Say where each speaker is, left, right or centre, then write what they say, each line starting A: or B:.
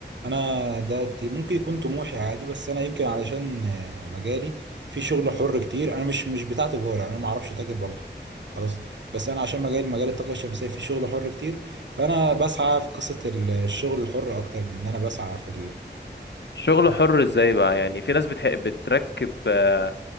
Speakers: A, on the right (about 80°); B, on the left (about 75°).
A: انا ده ت- ممكن يكون طموحي عادي بس انا يمكن علشان آه، مجالي في شغل حر كتير انا مش مش بتاع تجاره انا ما اعرفش تاجر برضو خلاص بس انا عشان مجالي مجال الطاقه الشمسيه في شغل حر كتير فانا بسعى في قصه ال- الشغل الحر اكتر من ان انا بسعى في
B: شغل
A: ال-
B: حر ازاي بقى يعني في ناس بتحق بتركب آه،